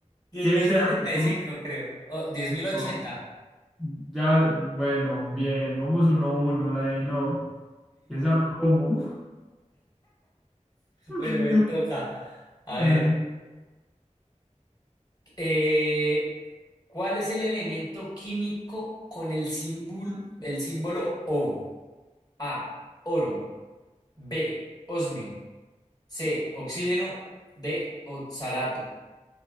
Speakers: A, on the left; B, in the centre.
A: Diez
B: ¿qué desea?
A: mil sesenta y
B: No.
A: cinco, creo. O diez mil ochenta.
B: no. Ya, bueno, bien. Vamos uno a uno. La de no. ¿Quién sabe cómo? <laughs>
A: Bueno, me toca. A
B: Dale.
A: ver, eh, ¿cuál es el elemento químico con el símbolo, el símbolo O? A, oro, B, osmio, C, oxígeno, D, oxalato.